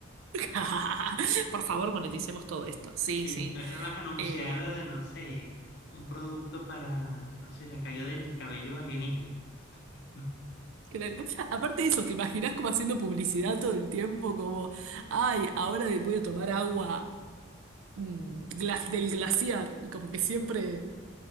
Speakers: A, on the right; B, on the left.
A: <laughs> Por favor, moneticemos
B: Eh,
A: todo esto. Sí,
B: Sí,
A: sí.
B: ahora vas a anunciar,
A: Eh,
B: no sé, un producto para, no sé, la caída del cabello alienígena. <laughs>
A: claro. Aparte de eso, ¿te imaginás como haciendo publicidad todo el tiempo? Como, ay, ahora voy a tomar agua mm, gla- del glaciar y como que siempre...